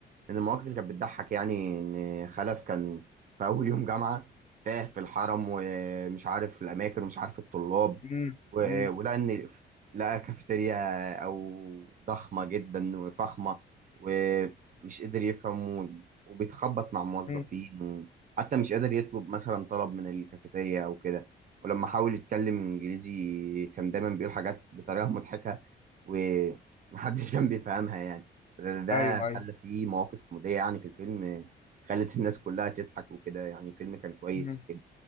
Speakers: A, on the right; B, on the left.
A: من المواقف اللي كانت بتضحك يعني ان خلف كان في اول يوم جامعه تاه في الحرم ومش عارف الاماكن ومش عارف الطلاب
B: امم
A: و-
B: امم
A: ولقى ان لقى كافيتيريا او ضخمه جدا وفخمه ومش قادر يفهم وبيتخبط مع موظفين
B: مم.
A: وحتى مش قادر يطلب مثلا طلب من الكافيتيريا او كده ولما حاول يتكلم انجليزي كان دايما بيقول حاجات بطريقه مضحكه ومحدش كان بيفهمها يعني لأن ده
B: ايوه ايوه
A: خلى فيه مواقف كوميدية يعني في الفيلم خلت الناس كلها تضحك وكده يعني الفيلم كان كويس
B: مم.
A: في كده